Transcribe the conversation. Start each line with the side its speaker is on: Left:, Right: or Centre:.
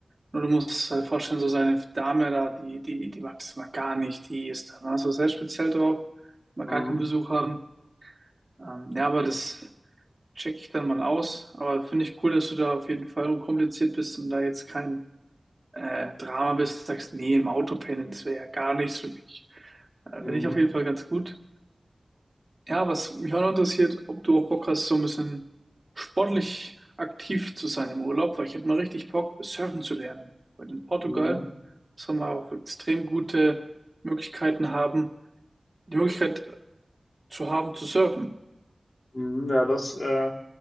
Right: Nur du musst es halt vorstellen, so seine Dame da, die, die, die mag das mal gar nicht. Die ist da mal so sehr speziell drauf, mag
Left: Mhm.
Right: gar keinen Besuch haben. Ähm, ja, aber das checke ich dann mal aus. Aber finde ich cool, dass du da auf jeden Fall unkompliziert bist und da jetzt kein äh, Drama bist, sagst, nee, im Auto pennen, das wäre ja gar nichts für mich. Äh,
Left: Mhm.
Right: Finde ich auf jeden Fall ganz gut. Ja, was mich auch noch interessiert, ob du auch Bock hast, so ein bisschen sportlich aktiv zu sein im Urlaub, weil ich hätte mal richtig Bock, surfen zu lernen. Weil in Portugal,
Left: Mhm.
Right: das haben wir auch extrem gute Möglichkeiten haben, die Möglichkeit zu haben, zu surfen.
Left: Mhm. Ja, das, äh,